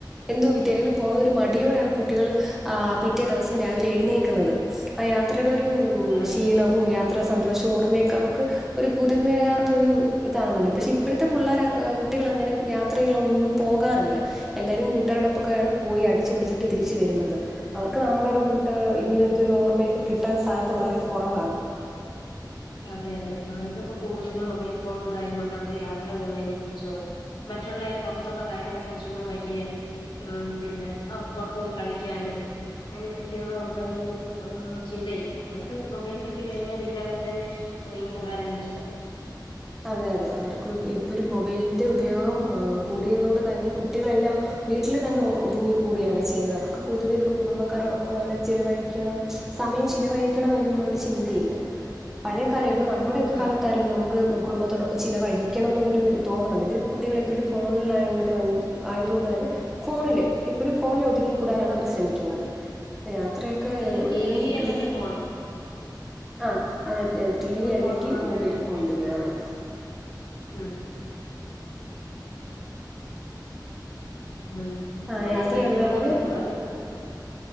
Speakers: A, in the centre; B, on the left.
A: എന്തോ വിദ്യാലയങ്ങളിൽ പോണത് ഒരു മടിയോടാണ് കുട്ടികൾ ആ പിറ്റേ ദിവസം രാവിലെ എഴുന്നേക്കുന്നത് ആ യാത്രയുടെ ഒരു
B: അത്
A: ക്ഷീണവും യാത്രാ സന്തോഷവും ഓർമ്മയൊക്കെ അവർക്ക് ഒരു പുതുമയാർന്ന ഒരു ഇതാന്നല്ലോ പക്ഷെ ഇപ്പോഴത്തെ പുള്ളാർ കുട്ടികൾ അങ്ങനെ യാത്രകളൊന്നും പോകാറില്ല എല്ലാരും കൂട്ടുകാരോടൊപ്പൊക്കെയാണ് പോയി അടിച്ചു പൊളിച്ചിട്ട് തിരിച്ചു വരുന്നത് അവർക്ക് നമ്മളുടെ കൂട്ട്
B: ഉം
A: ഇങ്ങനെടുത്തൊരു ഓർമ്മയൊക്കെ കിട്ടാൻ സാധ്യത വളരെ കുറവാണ്
B: അതെ അതെ അവര്ക്ക്പ്പോ കൂടുതലും മൊബൈൽ ഫോൺ ഉണ്ടായത് കൊണ്ട് അവര് യാത്ര പോകുന്നതിനെ കുറിച്ചോ മറ്റുള്ള പുറത്തുള്ള കാര്യങ്ങളെ കുറിച്ചൊന്നും വലിയ ഉം പിന്നെ ആ പുറത്ത് പോയി കളിക്കാനും അതിനെപ്പറ്റിയൊന്നും ഒള്ള ഒരു ചിന്തയില്ല അവർക്ക് മൊബൈൽ കിട്ടിക്കഴിഞ്ഞാൽ വീട്ടിന തന്നെ ഒതുങ്ങി കൂടാനാണിഷ്ടം
A: അതെ അതെ അവർക്ക് ഇപ്പ ഒരു മൊബൈലിന്റെ ഉപയോഗം കൂടിയതോടെ തന്നെ കുട്ടികളെല്ലാം വീട്ടില് തന്നെ ഒതുങ്ങികൂടിയാണ് ചെയ്യുന്നത് അവർക്ക് പൊതുവെ ഇപ്പ കുടുംബക്കാരോടൊപ്പം അങ്ങനെ ചെലവഴിക്കണം സമയം ചിലവഴിക്കണം എന്നുള്ള ഒരു ചിന്തയില്ല പഴയ കാലം ഇപ്പൊ നമ്മുടെയൊക്കെ
B: ആ
A: കാലത്തായിരുന്നു നമുക്ക് കുടുംബത്തോടൊപ്പം ചിലവഴിക്കണം ന്നുള്ളൊരു തോന്നലുണ്ട് ഇത് കുട്ടികളെപ്പഴും ഫോണിലായോണ്ട് ആയത് കൊണ്ട് തന്നെ ഫോണില് എപ്പോഴും ഫോണില് ഒതുങ്ങിക്കൂടാനാണ് അവർ ശ്രമിക്കുന്നത് യാത്രയ ക്കെ
B: അല്ല
A: ഒരുവിധം
B: ടി വി
A: കുട്ടികളെല്ലാം
B: അല്ലെങ്കിൽ ഫോണ്
A: ആഹ് അതെ
B: ടിവിയും
A: ടി വി അല്ലെങ്കി
B: ഫോണും മാത്രമേ
A: മൊബൈൽ
B: ഉള്ളൂ കുട്ടികൾക്ക്
A: ഫോണിൻ്റെ ഉപയോഗം
B: ഉം ഉം
A: ആ
B: അങ്ങനെയൊക്കെ
A: യാത്രയല്ലാതെ
B: ഇരിക്കുമ്പം നമ്മള്